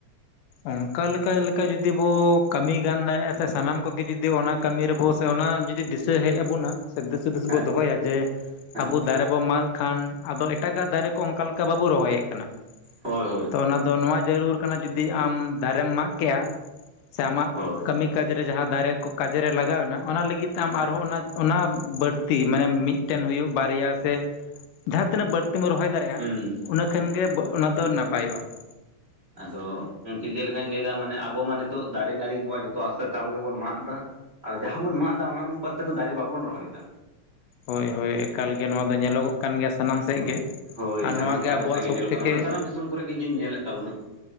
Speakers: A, on the left (about 80°); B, on the right (about 20°).
A: ᱚᱱᱠᱟ ᱞᱮᱠᱟ ᱞᱮᱠᱟ ᱡᱩᱫᱤ ᱵᱚ ᱠᱟᱹᱢᱤ ᱜᱟᱱ ᱫᱟᱲᱮᱭᱟᱜᱼᱟ ᱥᱮ ᱥᱟᱱᱟᱢ ᱠᱚᱜᱮ ᱡᱩᱫᱤ ᱚᱱᱟ ᱠᱟᱹᱢᱤ ᱨᱮᱵᱚ ᱥᱮ ᱚᱱᱟ ᱡᱩᱫᱤ ᱫᱤᱥᱟᱹ ᱦᱮᱡ ᱟᱵᱚᱱᱟ ᱥᱮ ᱫᱤᱥ ᱦᱩᱫᱤᱥ
B: ᱦᱮᱸ
A: ᱵᱚ ᱫᱚᱦᱚᱭᱟ ᱡᱮ
B: ᱦᱮᱸ
A: ᱟᱵᱚ ᱫᱟᱨᱮ ᱵᱚᱱ ᱢᱟᱜ ᱠᱷᱟᱱ ᱟᱫᱚ ᱮᱴᱟᱜᱟᱜ ᱫᱟᱨᱮ ᱚᱱᱠᱟ ᱞᱮᱠᱟ ᱵᱟᱵᱚ ᱨᱚᱦᱚᱭᱮᱫ ᱠᱟᱱᱟ
B: ᱦᱳᱭ ᱦᱳᱭ
A: ᱛᱚ ᱚᱱᱟ ᱫᱚ ᱱᱚᱣᱟ ᱡᱟᱹᱨᱩ ᱠᱟᱱᱟ ᱡᱩᱫᱤ ᱡᱩᱫᱤ ᱟᱢ ᱫᱟᱨᱮᱢ ᱢᱟᱜ ᱠᱮᱭᱟ ᱥᱮ ᱟᱢᱟᱜ
B: ᱦᱳᱭ
A: ᱠᱟᱹᱢᱤ ᱠᱟᱡᱽᱮᱨᱮ ᱡᱟᱦᱟᱸ ᱫᱟᱨᱮ ᱠᱚ ᱠᱟᱡᱮ ᱨᱮ ᱞᱟᱜᱟᱣ ᱱᱟ ᱚᱱᱟ ᱞᱟᱹᱜᱤᱫ ᱛᱮ ᱟᱢ ᱟᱨᱦᱚᱸ
B: ᱦᱮᱸ
A: ᱚᱱᱟ ᱚᱱᱟ ᱵᱟᱹᱲᱛᱤ ᱢᱟᱱᱮ ᱢᱤᱫᱴᱮᱱ ᱦᱩᱭᱩᱜ ᱵᱟᱨᱭᱟ ᱥᱮ ᱡᱟᱦᱟᱸ ᱛᱤᱱᱟᱹᱜ ᱵᱟᱹᱲᱛᱤᱢ ᱨᱚᱦᱚᱭ ᱫᱟᱲᱮᱭᱟᱜᱼᱟ
B: ᱦᱩᱸ ᱦᱩᱸ
A: ᱩᱱᱟᱹ ᱠᱷᱟᱱ ᱜᱮ ᱚᱱᱟ ᱫᱚ ᱱᱟᱯᱟᱭᱚᱜᱼᱟ ᱾
B: ᱟᱫᱚ ᱜᱚᱝᱠᱮ ᱡᱮ ᱞᱮᱠᱟᱧ ᱞᱟᱹᱭ ᱫᱟ ᱢᱟᱱᱮ ᱟᱵᱚ ᱢᱟ ᱱᱤᱛᱚᱜ ᱫᱟᱨᱮ ᱱᱟᱹᱲᱤ ᱠᱚ ᱡᱚᱛᱚ ᱟᱥᱛᱮ ᱟᱥᱛᱮ ᱛᱮ ᱟᱵᱚ ᱜᱮᱵᱚᱱ ᱢᱟᱜ ᱫᱟ ᱾ ᱟᱨ ᱡᱟᱦᱟᱸ ᱵᱚᱱ ᱢᱟᱜ ᱫᱟ ᱚᱱᱟ ᱚᱱᱩᱯᱟᱛ ᱛᱮᱫᱚ ᱫᱟᱨᱮ ᱵᱟᱵᱚᱱ ᱨᱚᱦᱚᱭ ᱫᱟ
A: ᱦᱳᱭ ᱦᱳᱭ ᱮᱠᱟᱞ ᱜᱮ ᱱᱚᱣᱟ ᱫᱚ ᱧᱮᱞᱚᱜᱚᱜ ᱠᱟᱱ ᱜᱮᱭᱟ ᱥᱟᱱᱟᱢ ᱥᱮᱫ
B: ᱦᱮᱸ
A: ᱜᱮ
B: ᱦᱳᱭ
A: ᱟᱨ
B: ᱥᱟᱱᱟᱢ
A: ᱱᱚᱣᱟ
B: ᱯᱟᱦᱴᱟ
A: ᱟᱵᱚᱣᱟᱜ
B: ᱥᱮᱫ ᱜᱮ
A: ᱥᱚᱵ
B: ᱧᱮᱞᱚᱜ
A: ᱛᱷᱮᱠᱮ
B: ᱠᱟᱱᱟ ᱢᱟᱱᱮ ᱥᱟᱱᱟᱢ ᱫᱤᱥᱚᱢ ᱠᱚᱨᱮᱜ ᱜᱮ ᱤᱧᱦᱚᱧ ᱧᱮᱞᱮᱫ ᱛᱟᱵᱚᱱᱟ ᱾